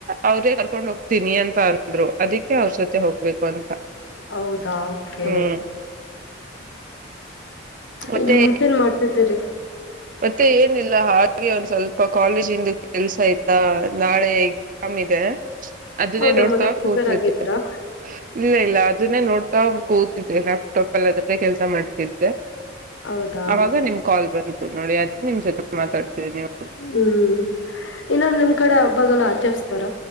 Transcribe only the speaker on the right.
ಅವ್ರೇ. ಕೊಂಡ್ ಹೋಗ್ತೀನಿ ಅಂತ ಅಂದ್ರು ಅದುಕ್ಕೆ ಅವ್ರ ಜೊತೆ ಹೋಗ್ಬೇಕು. ಅಂತ
ಹ್ಮ್ ಮತ್ತೆ
ಮತ್ತೆ ಏನಿಲ್ಲ ಹಾಗೆ ಒಂದ್ ಸ್ವಲ್ಪ ಕಾಲೇಜಿಂದ ಕೆಲ್ಸ ಆಯ್ತಾ ನಾಳೆ. ಎಕ್ಸಾಮ್ ಇದೆ ಅದುನ್ನೇ
ನೋಡ್ತಾ
ಕೂತಿದ್ದೆ.
ಇಲ್ಲ ಇಲ್ಲ ಅದುನ್ನೇ ನೋಡ್ತಾ ಕೂತಿದ್ದೆ ಲ್ಯಾಪ್ಟಾಪ್ ಅದ್ರುದೇ ಕೆಲ್ಸ ಮಾಡ್ತಿದ್
ಅವಾಗ ನಿಮ್ ಕಾಲ್ ಬಂತು ನೋಡಿ ಅದ್ ನಿಮ್ ಜೊತೆ ಮಾತಾಡ್ತಿದೀವಿ.